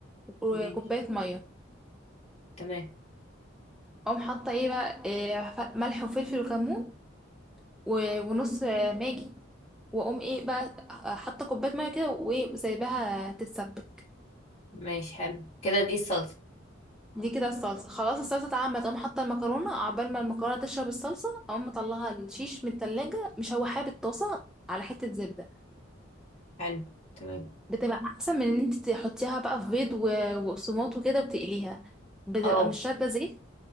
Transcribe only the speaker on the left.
ماشي
تمام
ماشي حلو كده دي الصلصة
حلو تمام
اه